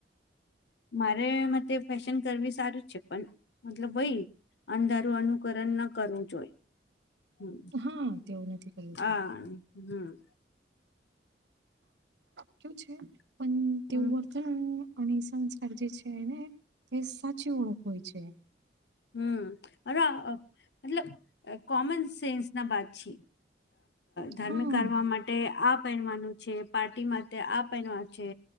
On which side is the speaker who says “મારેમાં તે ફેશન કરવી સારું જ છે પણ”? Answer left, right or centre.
Left